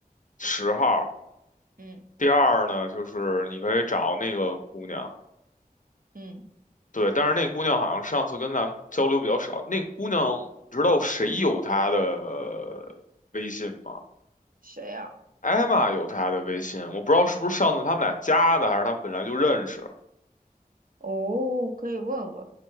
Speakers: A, on the left; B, on the right.
A: 十号，
B: 嗯
A: 第二呢就是你可以找那个姑娘。
B: 嗯，
A: 对，但是那姑娘好像上次跟咱们交流比较少。那个姑娘，你知道谁有她的呃微信吗？
B: 谁呀、
A: 艾玛有她的微信，我不知道是不是上次他们俩加的，还是他们本来就认识。
B: 哦，可以问问。